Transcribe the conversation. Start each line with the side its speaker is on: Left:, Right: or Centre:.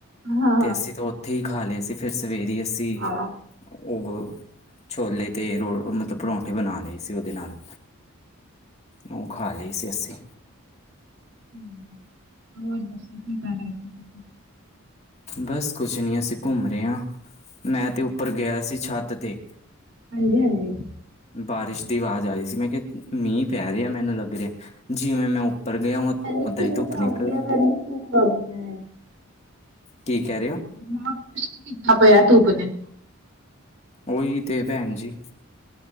Right: ਹਾਂ।
Left: ਤੇ ਅਸੀਂ ਤੇ ਉੱਥੇ ਹੀ ਖਾ ਲੇ ਸੀ ਫੇਰ ਸਵੇਰੇ ਅਸੀਂ
Right: ਹਾਂ
Left: ਉਹ ਛੋਲੇ ਤੇ ਰੋ ਮਤਲਬ ਪਰੌਂਠੇ ਬਣਾ ਲਏ ਸੀ ਉਦੇ ਨਾਲ। ਔ ਖਾ ਲਈ ਸੀ ਅੱਸੀ।
Right: ਹੂੰ, ਹੋਰ ਦੱਸੋ ਕੀ ਕਰ ਰਹੇ ਤੁਸੀਂ।
Left: ਬਸ ਕੁਛ ਨੀ ਅਸੀਂ ਘੁੰਮ ਰੇ ਆ ਮੈਂ ਤੇ ਉੱਪਰ ਗਿਆ ਸੀ ਛੱਤ ਤੇ।
Right: ਹਾਂਜੀ-ਹਾਂਜੀ।
Left: ਬਾਰਿਸ਼ ਦੀ ਆਵਾਜ਼ ਆ ਰਹੀ ਸੀ ਮੈਂ ਕਿਹਾ ਮੀਂਹ ਪੈ ਰਿਹਾ ਮੈਨੂੰ ਲੱਗ ਰਿਹਾ ਜਿਵੇਂ ਮੈਂ ਉੱਪਰ ਗਿਆ
Right: ਪ
Left: ਉੱਦਾਂ
Right: ਸੂ
Left: ਹੀ ਧੁੱਪ
Right: ਪਾ
Left: ਨਿਕਲ
Right: ਆ ਗਿਆ
Left: ਗਈ
Right: ਪੈ ਸੂ ਖ <unintelligible>
Left: ਕੀ ਕਹਿ ਰਹੇ ਹੋ
Right: ਦਿਮਾਗ ਕੁਛ ਕੀਤਾ ਪਿਆ ਧੂੱਪ ਨੇ
Left: ਉਹੀ ਤੇ ਭੈਣ ਜੀ